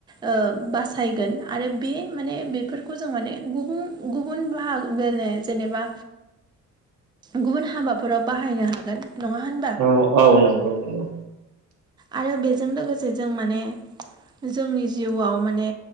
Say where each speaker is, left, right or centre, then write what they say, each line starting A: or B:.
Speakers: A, on the right; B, on the right.
A: ओ बासायगोन आरो बे माने बे फोरफोरखौ जों माने गुबुन गुबुन बाहाग <unintelligible> जेनेबा गुबुन हाबाफोराव बाहायनो हागोन नङा होन
B: औ औ नंगौ नंगौ।
A: आरो बेजों लोगोसे जों माने जोंनि जिउआव माने